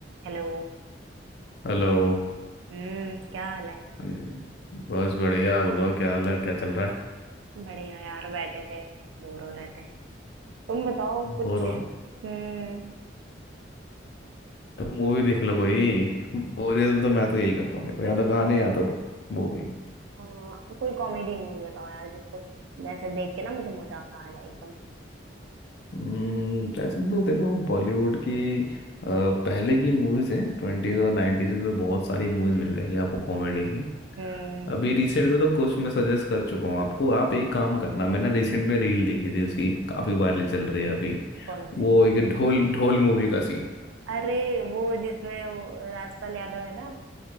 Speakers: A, on the right (about 85°); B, on the left (about 60°).
A: Hello
B: Hello
A: हम्म क्या हाल है
B: हाँ जी। बस बढ़िया बताओ क्या हाल है क्या चल रहा है
A: बढ़िया यार बैठे थे बोर हो रहे थे तुम बताओ कुछ
B: बोर हो
A: हम्म
B: तो मूवी देख लो कोई बोरियत में तो मैं तो यही करता हूँ देखो या तो गाने या तो मूवी
A: अ, कोई कॉमेडी मूवी बताओ यार जिसको वैसे देख के ना मुझे मजा आता आ जाए एकदम
B: हम्म ऐसे तो देखो बॉलीवुड की अ, पहले की मूवीज है ट्वेंटीज और नाइन्टीज में तो बहुत सारी मूवीज मिल जाएगी आपको कॉमेडी की
A: हम्म
B: अभी रिसेंट में तो कुछ मैं सजेस्ट कर चुका हूँ आपको आप एक काम करना मैंने रिसेंट में रील देखी थी उसकी काफी वायरल चल रही है अभी
A: कौन
B: वो
A: सी
B: एक ढोल ढोल मूवी का सीन
A: अरे वो जिसमें वो राजपाल यादव है ना